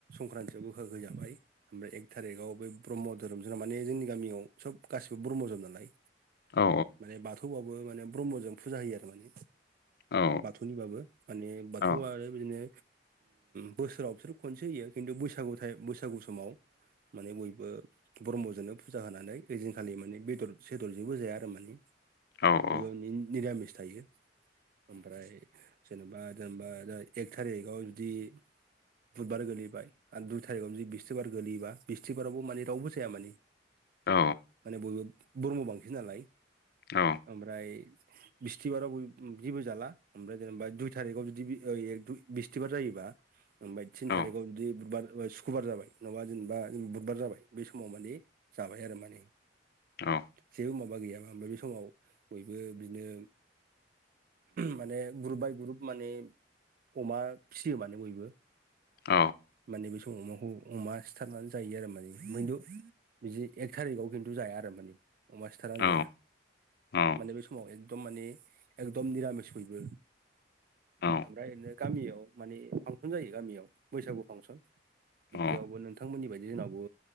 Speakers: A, on the right; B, on the left.
A: संख्रान्थियाव गोखा गोखै जाबाय ओमफ्राय एक थारिक ब बे ब्रह्म धोरोम जोंना माने जोंनि गामियाव सब गासिबो ब्रह्मजोम नालाय
B: औ
A: माने बाथौबावबो माने ब्रह्मजों फुजा होयो आरो माने
B: औ
A: बाथौनिबाबो माने बाथौआ
B: औ
A: आरो बिदिनो बोसोराव बिसोर खनसे होयो खिन्थु बैसागु बैसागु समाव माने बयबो ब्रह्मजोंनो फुजा होनानै ओइदिनखालि माने बेदर सेदर जेबो जाया आरो माने
B: औ
A: बयबाबो नि निरामिस थायो ओमफ्राय जेनबा जेनबा एक थारिगाव जुदि बुधबार गोलैबाय आरो दुइ थारिखआव जुदि बिस्थिबार गोलैयोबा बिस्थिबारावबो माने रावबो जाया माने
B: औ
A: माने बयबो ब्रह्म बांसिन नालाय
B: औ
A: ओमफ्राय बिस्थिबाराव बय जेबो जाला ओमफ्राय जेनेबा दुइ थारिकाव जुदि ओ एक दुइ बिस्थिबार जायोबा ओमफ्राय थिन
B: औ
A: थारिखाव जुदि बुधबार सुक्रुबार जाबाय नङाबा जेनेबा बुधबार जाबाय बे समाव माने जाबाय आरो माने
B: औ
A: जेबो माबा गैयाबा ओमफ्राय बे समाव बयबो बिदिनो माने ग्रुप बाय ग्रुप माने अमा फिसियो माने बयबो
B: औ
A: माने बे समाव अमा अमा सिथारनानै जायो आरो माने ओमफाय दु बिदि एक थारिखाव खिन्थु जाया आरो माने अमा सिथारनानै
B: औ
A: जाया
B: औ
A: माने बे समाव एक- एकदम मानि एकदम निरामिस बयबो
B: औ
A: ओमफ्राय बिनो गामियाव माने फांसन जायो गामियाव बैसागु फांसन बिदियावबो
B: औ
A: नोंथांमोननि बायदि दि जोंनावबो